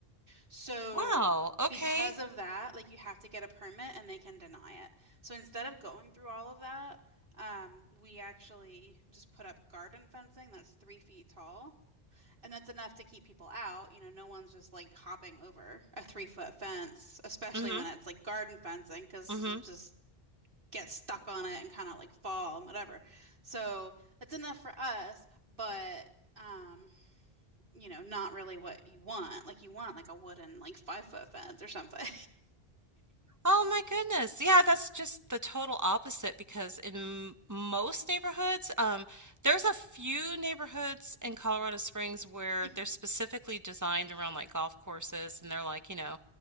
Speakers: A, on the right; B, on the right.
A: So
B: Wow, okay.
A: because of that, like you have to get a permit and they can deny it. So instead of going through all of that, um, we actually just put up garden fencing that's three feet tall, and that's enough to keep people out. You know, no one's just like hopping over a three foot fence, especially
B: Mhm,
A: when it's like garden fencing, because
B: mhm.
A: you'll just get stuck on it and kind of like fall and whatever. So that's enough for us, but um, you know, not really what you want. Like you want like a wooden like five foot fence or something.
B: Oh my goodness. Yeah, that's just the total opposite because in m- most neighborhoods, um, there's a few neighborhoods in Colorado Springs where
A: <laughs>
B: they're specifically designed around like golf courses and they're like, you know,